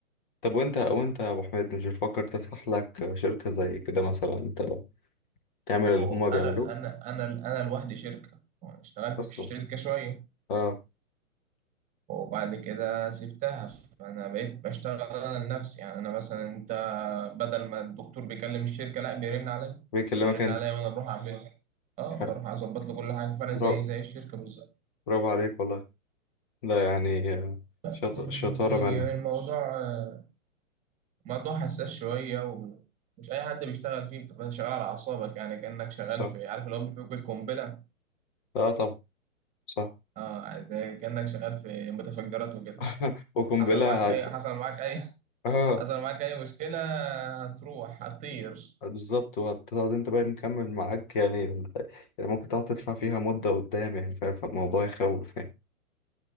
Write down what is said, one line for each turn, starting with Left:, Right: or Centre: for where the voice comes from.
Left: طب وأنت وأنت يا أبو حميد مش بتفكر تفتح لك شركة زي كده مثلا أنت تعمل
Right: ما
Left: اللي
Right: هو
Left: هما
Right: انا
Left: بيعملوه
Right: انا انا انا لوحدي شركه وأنا اشتغلت
Left: أصلا
Right: في الشركه شويه
Left: آه.
Right: وبعد كده سبتها فانا بقيت بشتغل انا لنفسي يعني انا مثلا انت بدل ما الدكتور بيكلم الشركة لا بيرن عليا
Left: بيكلمك
Right: بيرن
Left: انت
Right: عليا وانا بروح اعمل اه
Left: ح-
Right: بروح اظبط له كل حاجة فانا
Left: برافو
Right: زي زي الشركة بالظبط
Left: برافو عليك والله لا يعني آه،
Right: بس
Left: شط...
Right: يعني
Left: شطارة منك
Right: الموضوع آه، موضوع حساس شوية ومش أي حد بيشتغل فيه بتبقى شغال على أعصابك يعني كأنك شغال
Left: صح
Right: في عارف اللي هو بيفك القنبلة
Left: اه طبعا صح
Right: اه زي كأنك شغال في متفجرات وكده
Left: <laughs> وقنبلة
Right: حصل معاك أي
Left: هت...
Right: حصل معاك أي
Left: اه
Right: حصل معاك أي مشكلة هتروح هتطير
Left: بالظبط وهتقعد انت بقى نكمل معاك يعني يعني ممكن تقعد تدفع فيها مدة قدام يعني فاهم فالموضوع يخوف يعني